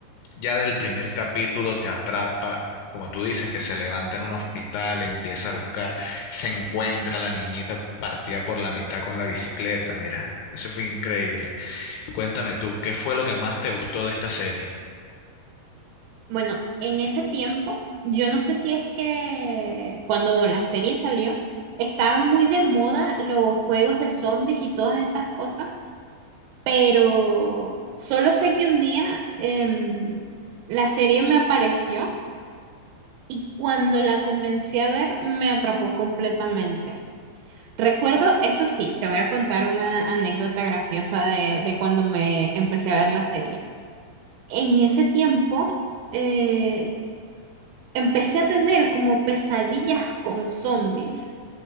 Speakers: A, on the left (about 80°); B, on the right (about 85°).
A: ya del primer capítulo te atrapa, como tú dices, que se levanta en un hospital, empieza a buscar, se encuentra la niñita partida por la mitad con la bicicleta, mira, eso fue increíble. Cuéntame tú, ¿qué fue lo que más te gustó de esta serie?
B: Bueno, en ese tiempo, yo no sé si es que cuando la serie salió, estaban muy de moda los juegos de zombies y todas estas cosas, pero solo sé que un día em, la serie me apareció y cuando la comencé a ver me atrapó completamente. Recuerdo, eso sí, te voy a contar una anécdota graciosa de, de cuando me empecé a ver la serie. En ese tiempo, eh, empecé a tener como pesadillas con zombies.